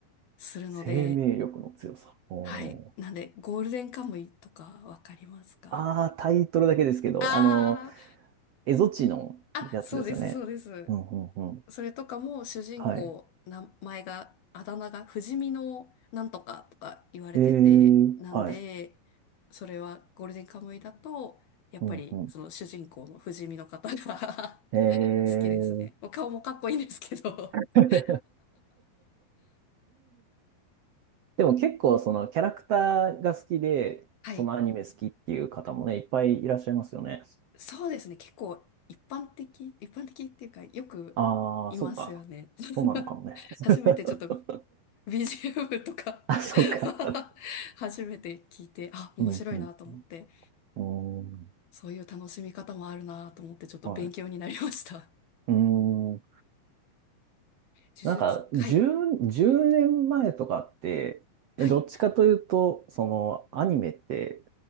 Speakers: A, on the left; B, on the right.
A: するので、
B: 生命力の強さ。おー
A: はい。なんで、ゴールデンカムイとかわかりますか
B: ああ、タイトルだけですけど、
A: あ
B: あの、エゾチのやつですよね。
A: あー、あ、そうです、そうです。
B: うんうんうん。
A: それとかも主人公、
B: はい。
A: 名前が、あだ名が不死身のなんとかとか言われてて、
B: えー、
A: なんで、
B: はい。
A: それはゴールデンカムイだと、やっぱりその主人公の不死身の方が
B: うんうん。え
A: <laughs> 好きですね。
B: ー。
A: もう顔もかっこいいんですけど
B: <laughs>
A: <laughs>
B: でも結構そのキャラクターが好きで、
A: はい。
B: そのアニメ好きっていう方もね、いっぱいいらっしゃいますよね。
A: そうですね。結構一般的、一般的っていうか、よくいますよね。
B: ああ、そっか。そうなのかもね。
A: <laughs>
B: <laughs>
A: 初めてちょっと BGM とか
B: あ、そっか。
A: <laughs> 初めて聞いて、あ、面白いなと思って、
B: うん、うん。うーん、
A: そういう楽しみ方もあるなと思って、ちょっと勉強になりました。
B: はい。うーん。
A: 呪術、
B: なんか、
A: はい、
B: 10、年前とかって、
A: はい、
B: え、どっちかというと、その、アニメって、